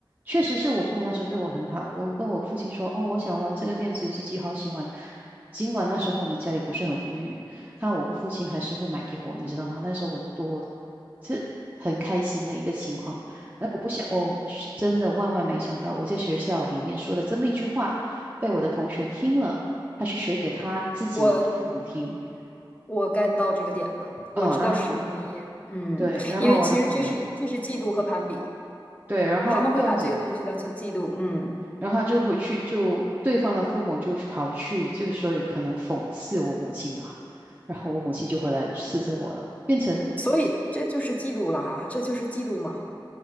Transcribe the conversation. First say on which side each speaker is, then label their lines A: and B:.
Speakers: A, on the right; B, on the left.
A: 确实是我父母那时候对我很好，我跟我父亲说：“哦，我想玩这个电子游戏机，好喜欢。”尽管那时候我们家里不是很富裕。他我父亲还是会买给我，你知道吗？那时候我多是很开心的一个情况。然我不想，我去真的万万没想到，我在学校里面说的这么一句话，被我的同学听了，他去学给他自己的父母听。
B: 我我 get 到这个点了，我知道是什么原因。
A: 嗯，然后
B: 嗯，
A: 对，然后我的父母
B: 因为其实这是这是嫉妒和攀比，
A: 对，然后不用紧，
B: 他们会把这个东西当成嫉妒。嗯，
A: 然后就回去就对方的父母就跑去，就是说有可能讽刺我母亲吧。然后我母亲就回来斥责我了，变成
B: 所以这就是嫉妒了啊，这就是嫉妒嘛。